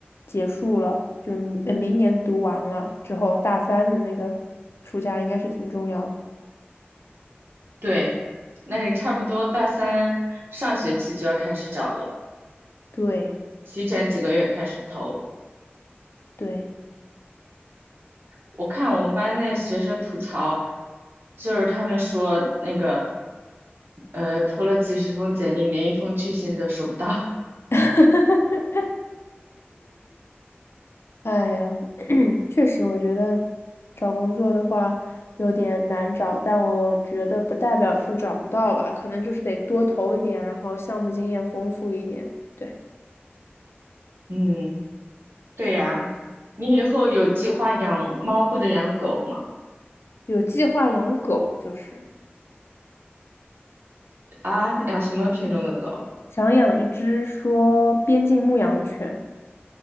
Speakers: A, on the left; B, on the right.
A: 结束了，就是明呃明年读完了之后，大三的那个暑假应该是挺重要的。
B: 对，那你差不多大三上学期就要开始找了，
A: 对
B: 提前几个月开始投。
A: 对。
B: 我看我们班那学生吐槽，就是他们说那个，呃，投了几十封简历，连一封拒信都收不到。
A: <laughs> 哎呀，<clears throat> 确实，我觉得找工作的话有点难找，但我觉得不代表说找不到吧，可能就是得多投一点，然后项目经验丰富一点。对，
B: <laughs> 嗯，对呀，你以后有计划养猫或者养狗吗？
A: 有计划养狗，就是
B: 啊，养什么品种的狗？
A: 想养一只说边境牧羊犬，